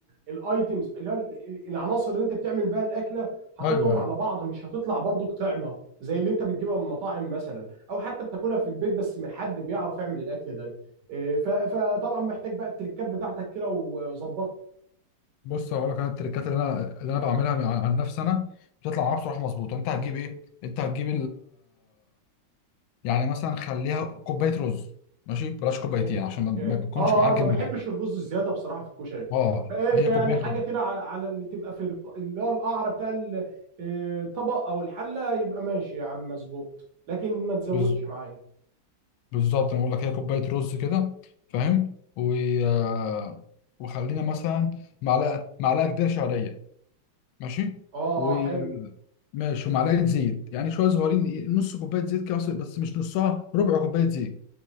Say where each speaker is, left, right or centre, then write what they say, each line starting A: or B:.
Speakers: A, on the right; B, on the left.
A: الايتمز اللي هو ال- العناصر اللي انت بتعمل بيها الاكله حطيتهم
B: ايوه ايوه
A: على بعض مش هتطلع برضو طعمه زي اللي انت بتجيبها من المطاعم مثلا او حتى بتاكلها في البيت بس من حد بيعرف يعمل الاكل ده آه، ف- فطبعا محتاج بقى التركات بتاعتك كده وظبطها
B: بص هقول لك انا التريكات اللي انا اللي انا بعملها عن عن نفسي انا بتطلع معايا بصراحه مظبوطه انت هتجيب ايه انت هتجيب يعني مثلا خليها كوبايه رز ماشي بلاش
A: اوكي
B: كوبايتين عشان
A: اوكي
B: ما ما بتكونش
A: اه
B: معجن
A: اه ما بحبش
B: من حاجه
A: الرز الزياده بصراحه في الكشري
B: اه
A: ف-
B: هي
A: فيعني
B: كوبايه
A: حاجه
B: رز
A: كده ع- على اللي تبقى في الق- اللي هو القعر بتاع ال- آه، الطبق او الحله يبقى ماشي يا عم مظبوط لكن ما تزودش
B: بز-
A: معايا
B: بالظبط انا بقول لك هي كوبايه رز كده فاهم و... آه، وخلينا مثلا معلقه معلقه كبيره شعريه ماشي
A: اه
B: و
A: اه حلو
B: ماشي ومعلقه زيت يعني شويه صغيرين نص كوبايه زيت كده بس بس مش نصها ربع كوبايه زيت